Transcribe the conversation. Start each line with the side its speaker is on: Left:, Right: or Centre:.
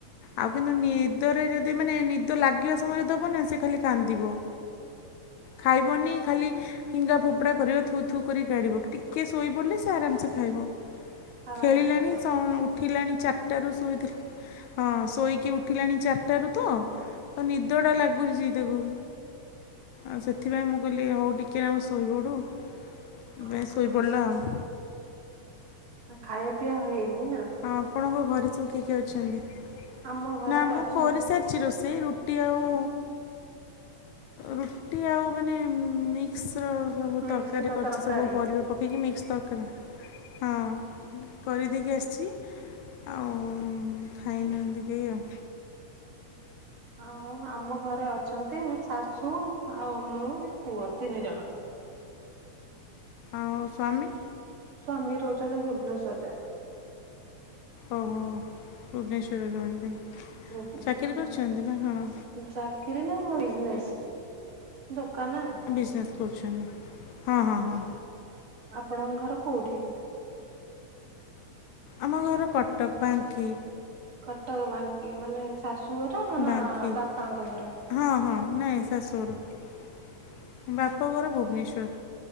Left: ଆଉ କିନ୍ତୁ ନିଦରେ ଯଦି ମାନେ ନିଦ ଲାଗିବା ସମୟରେ ଦବ ନା ସେ ଖାଲି କାନ୍ଦିବ। ଖାଇବନି ଖାଲି ଫିଙ୍ଗା ଫୋପଡ଼ା
Right: ଓହୋ
Left: କରିବ ଥୁ ଥୁ କରି ଗାଢ଼ିବ ଟିକିଏ ଶୋଇପଡ଼ିଲେ ସେ ଆରାମସେ ଖାଇବ।
Right: ଆରାମସେ
Left: ଖେଳିଲାଣି
Right: ଖାଇଦବ
Left: ସ ଉଠିଲାଣି ଚାରିଟାରୁ ଶୋଇଥିଲା। ହଁ ଶୋଇକି ଉଠିଲାଣି ଚାରିଟାରୁ ତ ଅ ନିଦଡ଼ା ଲାଗୁଛି ତାକୁ। ଆଉ ସେଥିପାଇଁ ମୁଁ କହିଲି ହଉ ଟିକେ ଆଉ ଶୋଇପଡ଼ୁ
Right: ହଁ
Left: ସେଥିପାଇଁ
Right: ହଁ।
Left: ଶୋଇ ପଡ଼ିଲା ଆଉ।
Right: ଆଉ ଖାଇବା ପିଇବା ହେଇନି ନା?
Left: ହଁ ଆପଣଙ୍କ ଘରେ ସବୁ କି କିଏ ଅଛନ୍ତି?
Right: ଆମ ଘରେ
Left: ନା ମୁଁ
Right: ଅଛନ୍ତି
Left: କରିସାରିି ଛି ରୋଷେଇ ରୁଟି ଆଉ। ରୁଟି ଆଉ ମାନେ ମିକ୍ସ ର। ସବୁ
Right: ମିକ୍ସ
Left: ତରକାରୀ
Right: ର
Left: କରିୁଛି
Right: ତରକାରୀ।
Left: ସବୁ ପରିବା ପକେଇକି ମିକ୍ସ ତରକାରୀ। ହଁ କରିଦେଇକି ଆସିଛି। ଆଉ ଖାଇନାହାନ୍ତି କେହି ଆଉ।
Right: ଆଉ ଆମ ଘରେ ଅଛନ୍ତି ମୋ ଶାଶୁ ଆଉ ମୁଁ ପୁଅ ତିନି ଜଣ।
Left: ଆଉ ସ୍ୱାମୀ।
Right: ସ୍ୱାମୀ ରହୁଛନ୍ତି ଭୁବନେଶ୍ଵର ରେ।
Left: ଓହୋ ଭୁବନେଶ୍ୱର ରେ ରୁହନ୍ତି।
Right: ଭୁବନେଶ୍ୱରେ।
Left: ଚାକିରି କରୁଛନ୍ତି ନା କଣ
Right: ଚାକିରୀ ନା ହଁ ବିଜନେସ୍ ଦୋକାନ ଆଉ।
Left: ବିଜିନେସ୍ କରୁଛନ୍ତି। ହଁ
Right: କରୁଛନ୍ତି
Left: ହଁ ହଁ
Right: ଆପଣଙ୍କ ଘର କୋଉଠି କି।
Left: ଆମ ଘର କଟକ ବାଙ୍କି।
Right: କଟକ ବାଙ୍କି ମାନେ ଶାଶୁ ଘର ନା
Left: ବାଙ୍କି
Right: ବାପାଙ୍କ ଘର?
Left: ହଁ ହଁ ନାହିଁ ଶାଶୁଘର ମୋ ବାପଘର ଭୁବନେଶ୍ୱର।